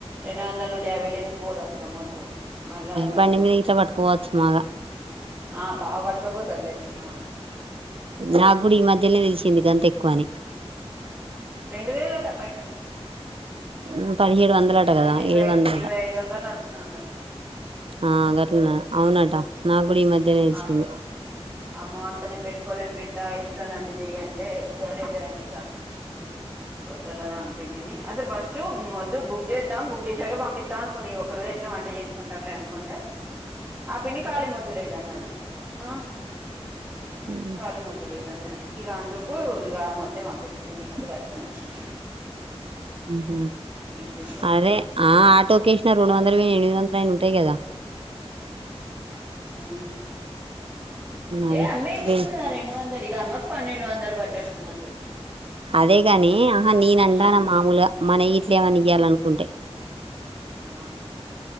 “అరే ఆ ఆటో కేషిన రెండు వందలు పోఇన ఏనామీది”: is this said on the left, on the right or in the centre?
Right